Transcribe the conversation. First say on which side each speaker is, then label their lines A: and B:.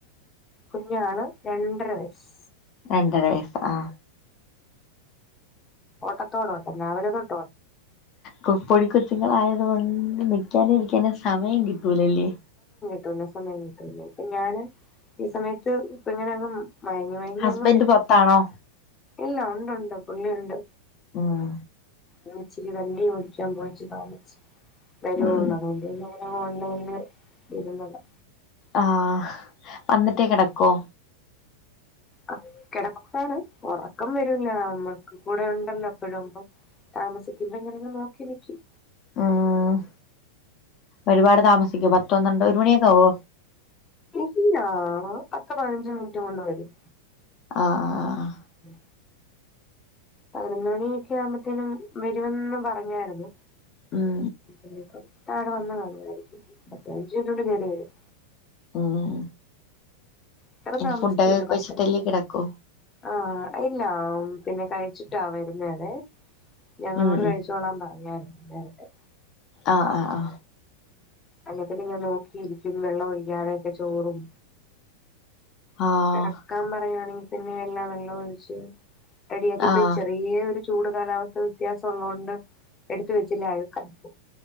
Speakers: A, on the left; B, on the left.
A: കുഞ്ഞാള് രണ്ടര വയസ്
B: രണ്ടര വയസ് ആ
A: ഓട്ടത്തോടോട്ടം രാവിലെ തൊ
B: കൊപ്പടിക്കൊ ഇങ്ങൾ ആയതുകൊണ്ട് നിക്കാനും ഇരിക്കാനും സമയം കി റ്റൂലല്ലേ
A: കിട്ടുന്ന സമയം കിട്ടല്ലേ ഇപ്പൊ ഞാന് ഈ സമയത്ത് ഇപ്പ ഇങ്ങനെങ്ങും മയങ്ങി മയങ്ങി
B: ഹസ്ബൻഡ്
A: അങ്ങ് വരുന്നു
B: പൊറത്താണോ
A: ഇല്ല ഒണ്ട് ഒണ്ട് പുള്ളി ഒണ്ട്
B: ഉം
A: ഞാന് ഇച്ചിരി വണ്ടി ഓടിക്കാൻ പോയിട്ടു താമസിച്ചു വെരുവോന്ന്
B: ഉം
A: അറിഞ്ഞിയില്ലോലെ ആ ഉണ്ട് ഉണ്ട് ഇരുന്നതാ
B: ആ വന്നിട്ടേ കിടക്കോ
A: ആ കിടക്കു ആണ് ഉറക്കം വരൂല്ല നമ്മക്ക് കൂടെ ഉണ്ടല്ലോ എപ്പഴും ഇപ്പം താമസിക്കുമ്പോ എങ്ങനേന്നു നോക്കിനിക്കും
B: ഉം ഒരുപാട് താമസിക്കും പത്ത് പന്ത്രണ്ട് ഒരു മണിയൊക്കെ ആവോ
A: ഇല്ലാ പത്തോ പതിനഞ്ചോ മിനിറ്റ് കൊണ്ട് വരും
B: ആ ആ ആ
A: ഉം പതിനൊന്ന് മണിയൊക്കെ ആവുമ്പോത്തിനും വരുമെന്ന് പറഞ്ഞായിരുന്നു
B: ഉം
A: പിന്നേത താഴെ വന്നു കാണുവായിരിക്കും ബത്ത അഞ്ചു മിനിറ്റുകൊണ്ട് കേറി വരും
B: ഉം
A: ഇത്രം
B: ഇനി
A: താമസിക്കല്ലോ
B: ഫുഡൊക്കെ
A: പത്തര
B: കഴിച്ചിട്ടല്ലേ കിടക്കൂ
A: ആ ഇല്ല പിന്നെ കഴിച്ചിട്ടാ വരുന്നത് ഞങ്ങളോട്
B: ഉം ഉം
A: കഴിച്ചോളാൻ പറഞ്ഞായിരുന്നു വെറുതെ
B: അ ആ
A: അല്ലേപ്പിന്നെ ഞാൻ നോക്കിയിരിക്കും വെള്ളം ഒഴിക്കാതെക്കെ ചോറും
B: ആഹ്
A: കിടക്കാൻ പറയുവാണെങ്കി പിന്നെ എല്ലാം വെള്ളം ഒഴിച്ച് റെഡിയാക്കിപ്പോ
B: ആഹ്
A: ചെറിയ ഒരു ചൂട് കാലാവസ്ഥ വ്യത്യാസം ഉള്ളോണ്ട് എടുത്ത് വെച്ചില്ലേ അഴുക്കായി പോകും